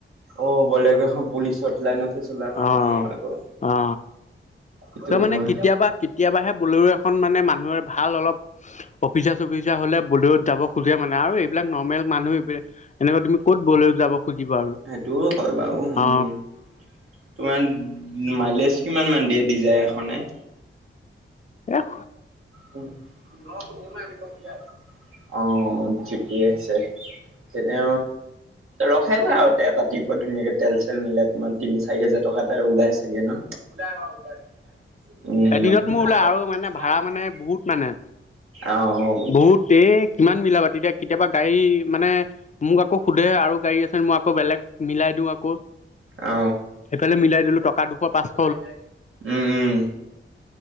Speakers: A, on the right; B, on the left.
A: অ' বলেৰো কেখন পুলিচত লাইনত হে চলাও
B: অ
A: ন' আকৌ।
B: অ
A: সেইটো
B: তই মানে
A: হয়।
B: কেতিয়াবা কেতিয়াবাহে বলেৰু এখন মানে মানুহৰ ভাল অলপ অফিচাৰ চফিছাৰ তেতিয়া হ'লে বলেৰু যাব খোজে মানে আৰু এইবিলাক নৰ্মেল মানুহে এনেকৈ তুমি ক'ত বলেৰুত যাব খুজিব আৰু।
A: সেইটোও হয় বাৰু। উম,
B: অ
A: তোমাৰ মাইলেজ কিমানমান দিয়ে দিজায়াৰখনে?
B: এখ
A: পোন্ধৰ, ষোল্ল এনেকুৱা দিয়ে আৰু। অ' ঠিকেই আছে। তেনে ৰখাই গৈ আৰু এটা টিপত ধুনীয়াকে তেল চেল মিলাই তোমাৰ তিনি চাৰি হাজাৰ টকা এটা ওলাই চাগে ন'। ওলাই অ' ওলাই। উম, <unintelligible>
B: এদিনত মোৰ ওলাই আৰু মানে ভাড়া মানে বহুত মানে।
A: অ অ
B: বহুত এই কিমান মিলাবা তেতিয়া কেতিয়াবা গাড়ী মানে মোক আকৌ সোধে আৰু গাৰী আ, মই আকৌ বেলেগ মিলাই দি আকৌ
A: অ
B: এইফালে মিলাই দিলো টকা দুশ পচ
A: ওলাই যায়। উম, উম।